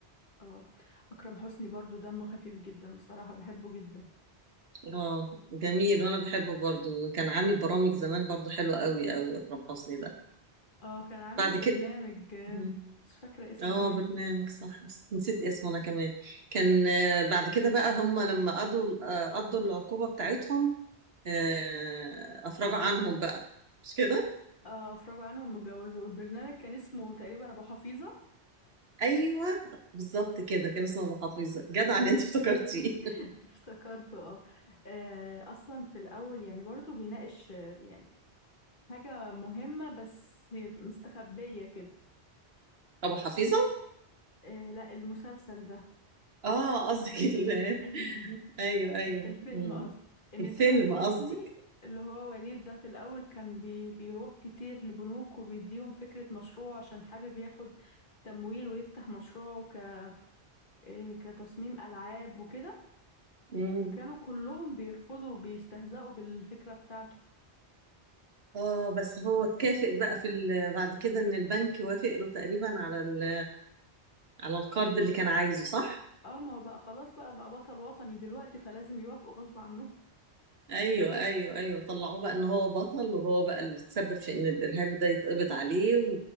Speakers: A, on the left; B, on the right.
A: اه اكرم حسني برضو دمه خفيف جدا بصراحه بحبه جدا
B: اه جميل وانا بحبه برضو كان عامل برامج زمان برضو حلوة قوي قوي اكرم حسني ده
A: اه كان عامل
B: بعد
A: برنامج
B: كده
A: آه،
B: مم.
A: مش فاكره اسمه
B: اه
A: ايه
B: برنامج صح بس نسيت اسمه انا كمان كان آه، بعد كده بقى هم لما قضوا آه، قضوا العقوبة بتاعتهم آه، افرجوا عنهم بقى مش كده
A: اه افرجوا عنهم متجوزوا البرنامج كان اسمه تقريبا ابو حفيظه
B: ايوه بالظبط كده كان اسمه ابو حفيظة جدع ان انت افتكرتيه
A: <laughs> افتكرته اه آه، اصلا في الاول يعني برضو بيناقش آه، يعني حاجه مهمه بس مستخبيه كده
B: أبو حفيظة؟
A: آه لا المسلسل ده
B: آه قصدك ال <laughs>
A: <laughs>
B: أيوه أيوه
A: الفيلم
B: مم.
A: قصدي ان
B: الفيلم
A: تامر حسني
B: قصدك
A: اللي هو وليد ده في الاول كان بي بيروح كتير لبنوك وبيديهم فكرة مشروع عشان حابب ياخد تمويل ويفتح مشروعه ك إيه كتصميم العاب وكده
B: مم.
A: وكانوا كلهم بيرفضوا وبيستهزئوا بالفكرة بتاعته
B: آه بس هو اتكافئ بقى في ال... بعد كده إن البنك وافق له تقريبا على ال... على القرض اللي كان عايزه صح؟
A: اه ما هو بقى خلاص بقى بقى بطل وطني دلوقتي فلازم يوافقوا غصب عنه
B: ايوه ايوه ايوه طلعوه بقى ان هو بطل وهو بقى اللي تسبب في ان الارهابي ده يتقبض عليه